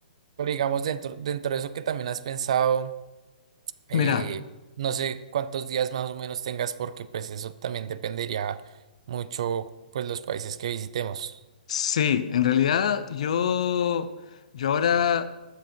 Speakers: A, on the right (about 40°); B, on the left (about 45°).
A: pero digamos dentro, dentro de eso que también has pensado. Eh,
B: <laughs> Mira,
A: no sé cuántos días más o menos tengas porque pues eso también dependería mucho pues los países que visitemos.
B: sí, en realidad yo, yo ahora.